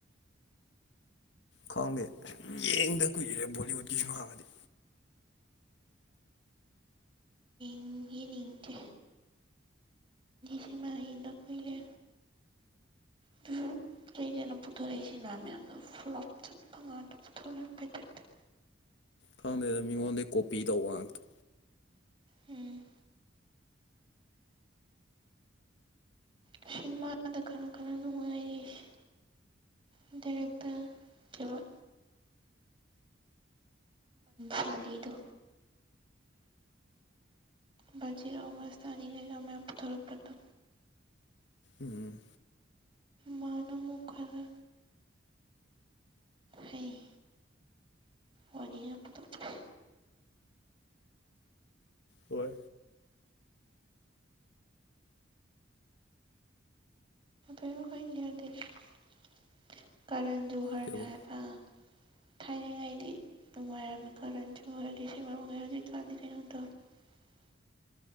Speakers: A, on the left; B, on the right.
A: ꯈꯪꯗꯦ ꯑ ꯌꯦꯡꯗ ꯀꯨꯏꯔꯦ ꯕꯣꯂꯤꯋꯨꯗꯀꯤ ꯁꯤꯃꯒꯥꯗꯤ
B: ꯎꯝ ꯌꯦꯡꯅꯤꯡꯇꯦ ꯁꯤꯅꯦꯃꯥ ꯌꯦꯡꯗ ꯀꯨꯏꯔꯦ ꯑꯗꯨꯁꯨ ꯂꯩꯗꯅ ꯄꯨꯊꯣꯔꯛꯏꯁꯤꯅ ꯃꯌꯥꯝ ꯐ꯭ꯂꯣꯞ ꯆꯠꯄ ꯉꯥꯛꯇ ꯄꯨꯊꯣꯔꯛꯄꯩ ꯇꯥꯢꯞꯇ
A: ꯈꯪꯗꯦꯗ ꯃꯤꯉꯣꯟꯗꯩ ꯀꯣꯄꯤ ꯇꯧꯕ ꯉꯥꯛꯇ
B: ꯎꯝ ꯁꯤꯟꯃꯥꯗ ꯀꯟꯅ ꯀꯟꯅ ꯅꯨꯡꯉꯥꯏꯔꯤꯁꯦ ꯗꯥꯏꯔꯦꯛꯇꯔ ꯀꯩꯕ ꯆꯂꯤꯗꯨ ꯕꯖꯤꯔꯥꯎ ꯃꯁ ꯇꯅꯤ ꯀꯩꯀ ꯃꯌꯥꯝ ꯄꯨꯊꯣꯔꯛꯄꯗꯣ
A: ꯎꯝ
B: ꯃꯥꯅ ꯑꯃꯨꯛ ꯈꯔ ꯍꯩ ꯋꯥꯔꯤꯒ ꯄꯨ <unintelligible>
A: ꯍꯣꯏ
B: ꯀꯖ ꯍꯔꯗ ꯍꯥꯏ
A: ꯀꯩꯕ
B: ꯈꯥꯏꯅꯉꯥꯏꯗꯤ ꯅꯨꯡꯉꯥꯏꯔ ꯁꯤ ꯍꯧꯖꯤꯛ ꯀꯥꯟꯗꯤ ꯀꯩꯅꯗ